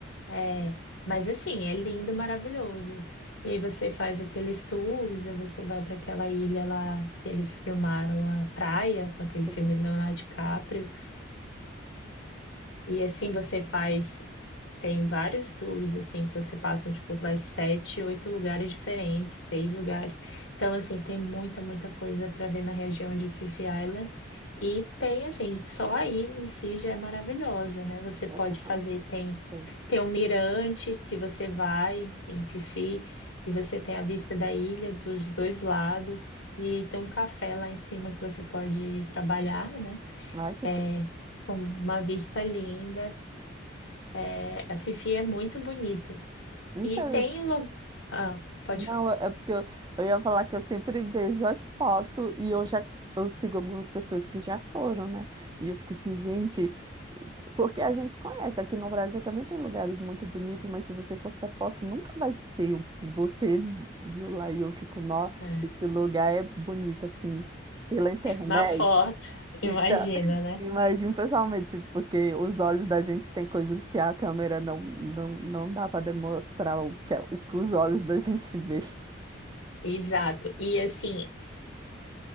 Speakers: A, on the left; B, on the right.
A: É, mas assim, é lindo, maravilhoso. E aí você faz aqueles tours, aí você vai para aquela ilha lá que eles filmaram a praia, com aquele
B: Sim.
A: filme Leonardo DiCaprio. E assim você faz tem vários tours, assim, que você passa, tipo, vai sete, oito lugares diferentes, seis lugares. Então, assim, tem muita, muita coisa para ver na região de Fifi Island. E tem, assim, só aí em si já é maravilhosa, né? Você pode
B: Aham,
A: fazer, tem,
B: sei.
A: tem um mirante que você vai em Fifi e você tem a vista da ilha dos dois lados. E tem um café lá em cima que você pode trabalhar, né?
B: Ai, que
A: É,
B: tudo.
A: com uma vista linda. É, a Fifi é muito bonito.
B: então
A: E tem lugar. Ah, pode
B: Não,
A: falar.
B: é é porque eu, eu ia falar que eu sempre vejo as fotos e eu já eu sigo algumas pessoas que já foram, né? E eu fico assim, gente, porque a gente conhece, aqui no Brasil também tem lugares muito bonitos, mas se você postar foto, nunca vai ser o que você viu lá. E eu fico, nossa,
A: É,
B: esse lugar é bonito assim, pela internet.
A: na foto, <laughs> imagina,
B: Então,
A: né?
B: imagino pessoalmente, porque os olhos da gente tem coisas que a câmera não, não, não dá para demonstrar o que, é- o que os olhos da gente <laughs> vê.
A: Exato. E assim,